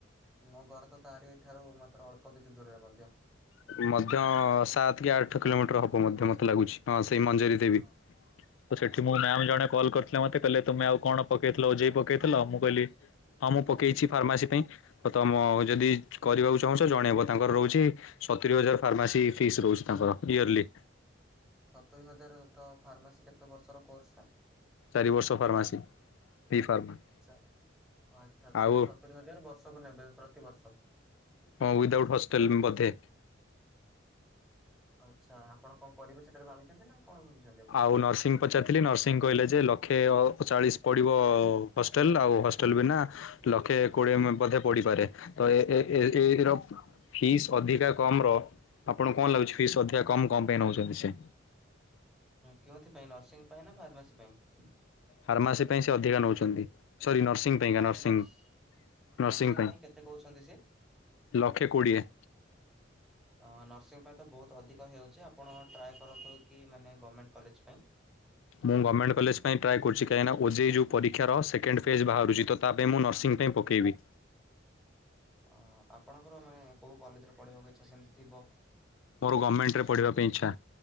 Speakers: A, in the centre; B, on the left.
A: ମୋ ଘର ତ ତାରିଠାରୁ ମାତ୍ର ଅଳ୍ପ କିଛି ଦୂରରେ ମଧ୍ୟ।
B: ମଧ୍ୟ, ସାତ କି ଆଠ କିଲୋମିଟର ହବ ମଧ୍ୟ ମତେ ଲାଗୁଚି, ହଁ ସେଇ ମଞ୍ଜୁରୀ
A: ହଁ
B: ଦେବି। ତ ସେଠି ମୁଁ ମ୍ୟାମ୍ ଜଣେ କଲ୍ କରିଥିଲେ ମତେ କହିଲେ, ତମେ ଆଉ କଣ ପକେଇଥିଲ ଓଜେଇ ପକେଇଥିଲ? ମୁଁ କହିଲି ହଁ ମୁଁ ପକେଇଚି ଫାର୍ମାସି ପାଇଁ। ଆଉ ତମ ଯଦି କରିବାକୁ ଚାହୁଁଚ ଜଣେଇବ, ତାଙ୍କର ରହୁଚି ସତୁୁରି ହଜାର ଫାର୍ମାସି ଫିସ୍ ରହୁଚି ତାଙ୍କର, ଇୟରର୍ଲି।
A: ସତୁରି ହଜାର ତ, ଫାର୍ମାସି କେତେ ବର୍ଷର କୋର୍ସଟା?
B: ଚାରି ବର୍ଷ ଫାର୍ମାସୀ, ବି ଫାର୍ମା।
A: ଆଛା, ଆଛା,
B: ଆଉ
A: ମାନେ ସତୁରି ହଜାର ବର୍ଷକୁ ନେବେ ପ୍ରତିିବର୍ଷ?
B: ହଁ, ୱିଦଆଉଟ୍ ହଷ୍ଟେଲ ବଧେ।
A: ଆଛା, ଆପଣ କଣ କରିବେ ସେତରେ ଭାବିଚନ୍ତି ନା, କଣ ଭାବିଚନ୍ତି?
B: ଆଉ ନର୍ସିଂ ପଚାରିଥିଲି, ନର୍ସିଂ କହିଲେ ଯେ, ଲକ୍ଷେ ଅ ଚାଳିଶ ପଡ଼ିବ ହଷ୍ଟେଲ, ଆଉ ହଷ୍ଟେଲ ବିନା ଲକ୍ଷେ କୋଡିଏ ମ ବଧେ ପଡିପାରେ, ତ ଏ, ଏ, ଏ ଏଇ ର ଫିସ୍ ଅଧିକା କମ୍ ର, ଆପଣଙ୍କୁ କଣ ଲାଗୁଚି, ଫିସ୍ ଅଧିକା କମ୍ କଣ ପାଇଁ ନେଉଚନ୍ତି ସେ?
A: ହଁ, କେଉଁଥି ପାଇଁ, ନର୍ସିଂ ପାଇଁ ନା ଫାର୍ମାସି ପାଇଁ?
B: ଫାର୍ମାସି ପାଇଁ ସେ ଅଧିକା ନେଉଚନ୍ତି, ସରି ନର୍ସିଂ ପାଇଁକା
A: ଫାର୍ମାସି
B: ନର୍ସିଙ୍ଗ, ନର୍ସିଙ୍ଗ
A: ନର୍ସିଂ
B: ପାଇଁ,
A: କେତେ କହୁଛନ୍ତି ସିଏ?
B: ଲକ୍ଷ କୋଡିଏ।
A: <unintelligible> ଅଁ, ନର୍ସିଂ ପାଇଁ ତ ବହୁତ ଅଧିକ ହେଇଯାଉଚି, ଆପଣ ଟ୍ରାଏ କରନ୍ତୁ କି ମାନେ, ଗମେଣ୍ଟ କଲେଜ ପାଇଁ।
B: ମୁଁ ଗମେଣ୍ଟ କଲେଜ ପାଇଁ ଟ୍ରାଏ କରୁଚି କାହିଁନା ଓଯେଇ ଯେଉ ପରୀକ୍ଷା ର ସେକେଣ୍ଡ ଫେଜ୍ ବାହାରୁଚି ତ ତା ପାଇଁ ମୁଁ ନର୍ସିଂ ପାଇଁ ପକେଇବି।
A: ଅ, ଆପଣଙ୍କର ମାନେ କୋଉ କଲେଜରେ ପଢ଼ିବାକୁ ଇଛା ସେମିତି ଥିବ?
B: ମୋର ଗମେଣ୍ଟ ରେ ପଢ଼ିବା ପାଇଁ ଇଛା,